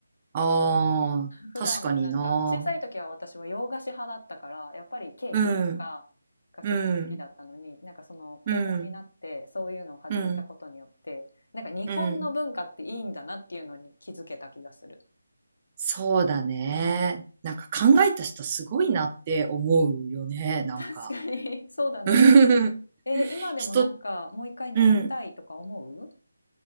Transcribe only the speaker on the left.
普段はなんか、
小さい時は私は洋菓子派だったから、やっぱりケーキとかがすごく好きだったのに、
なんかその高校になってそういうのを始めたことによって、
なんか日本の文化っていいんだなっていうのに気づけた気がする。
うん。
確かに <laughs>、そうだね。
えー、今でもなんかもう一回習いたいとか思う